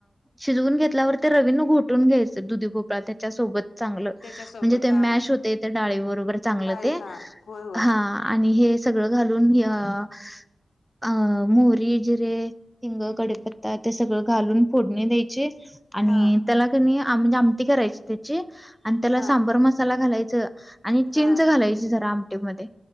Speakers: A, in the centre; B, on the left.
A: शिजवून घेतल्यावर ते रवीनं घोटून घ्यायच दुधी भोपळा त्याच्यासोबतं चांगलं
B: त्याच्यासोबत
A: म्हणजे ते
B: हा
A: मॅश
B: हा
A: होतय ते डाळी बरोबर चांगलं
B: डाळी
A: ते
B: हा होय होय
A: हा आणि हे सगळं घालून अ मोहरी अं जिरे. हिंग, कडिपत्ता ते सगळं घालून फोडणी द्यायची. आणि
B: हा
A: त्याला कणी म्हणजे आमटी करायची त्याची आणि त्याला
B: हा
A: सांबार मसाला घालायचं. आणि चिंच
B: हा
A: घालायची जरा आमटीमध्ये